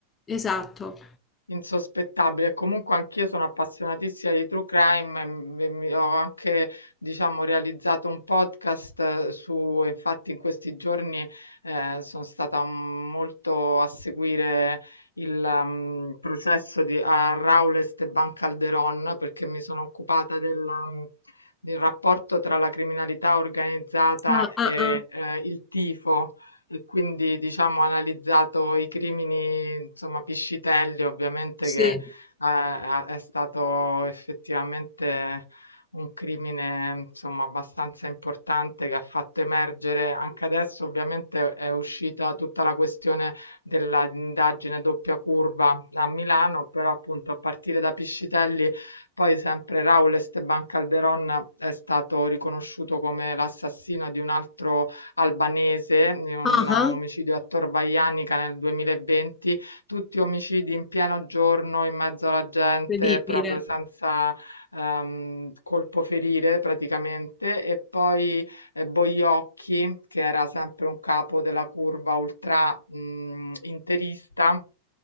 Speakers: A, on the left; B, on the left.
A: esatto.
B: Insospettabile, E comunque anch'io sono appassionatissima di true crime, e mi- mi- ho anche, diciamo, realizzato un podcast eh, su, infatti in questi giorni eh, sono stata molto a seguire il ehm, processo di, a Raul Esteban Calderón perché mi sono occupata della, mh, del rapporto tra la criminalità organizzata
A: Ah, ah,
B: e
A: ah.
B: eh, il tifo e quindi diciamo ho analizzato i crimini, insomma, Piscitelli ovviamente
A: Sì.
B: che eh, ha- è stato effettivamente un crimine insomma abbastanza importante che ha fatto emergere anche adesso ovviamente è uscita tutta la questione dell'indagine doppia curva a Milano, però appunto a partire da Piscitelli poi sempre Raul Esteban Calderon è stato riconosciuto come l'assassino di un altro albanese, in un
A: Ah-ah,
B: omicidio a Torvaianica nel 2020, tutti omicidi in pieno giorno, in mezzo alla gente,
A: incredibile.
B: proprio senza ehm, colpo ferire praticamente e poi eh, Boiocchi, che era sempre un capo della curva ultra mh, interista,